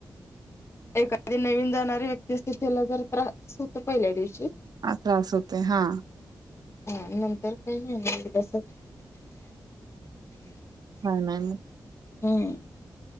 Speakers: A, on the left; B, on the right.
A: एखादी नवीन जाणारी व्यक्ती असते त्याला जरा त्रास होत पहिल्या दिवशी.
B: त्रास होते हा.
A: हा नंतर काही नाही झा
B: हा म.
A: हम्.